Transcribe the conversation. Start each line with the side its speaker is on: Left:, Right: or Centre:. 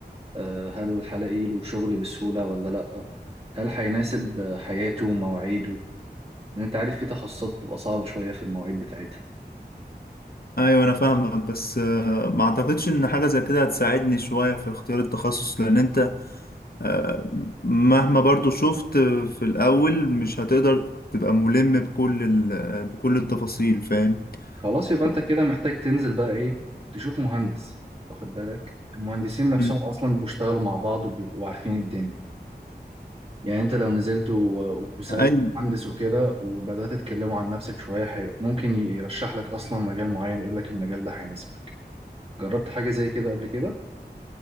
Right: أه، هل هلاقي له شغل بسهولة ولا لا هل هيناسب حياته ومواعيده لان انت عارف في تخصصات بتبقى صعبة شوية في المواعيد بتاعتها
Left: ايوه انا فاهمك بس آه، ما اعتقدش ان حاجه زي كده هتساعدني شويه في اختيار التخصص لان انت آه، مهما برضو شفت آه، في الاول مش هتقدر تبقى ملم بكل ال- بكل التفاصيل فاهم
Right: خلاص يبقى
Left: ف-
Right: انت كده محتاج تنزل بقى ايه تشوف مهندس واخد بالك المهندسين نفسهم
Left: مم.
Right: اصلا بيشتغلوا مع بعض وبيبقوا عارفين الدنيا يعني انت لو نزلت و- وسألت
Left: أيوة.
Right: مهندس وكده وبدأت تتكلموا عن نفسك شوية حلو ممكن يرشح لك اصلا مجال معين يقول لك المجال ده هيناسبك جربت حاجة زي كده قبل كده